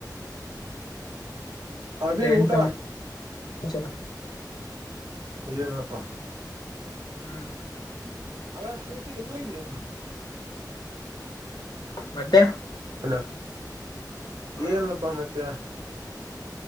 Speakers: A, on the right; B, on the left.
A: ಅಭಿ
B: ಮತ್ತೆ
A: ಊಟ
B: ಏನ್ ಸಮಾಚಾರ
A: ಏಲ್ಲಪ್ಪ.
B: ಹ್ಮ್.
A: ಹ ಸತ ಗರಿಗ.
B: ಮತ್ತೆ.
A: ಅಲ ಏನಬ
B: ಹ
A: ಮತ್ತೆ.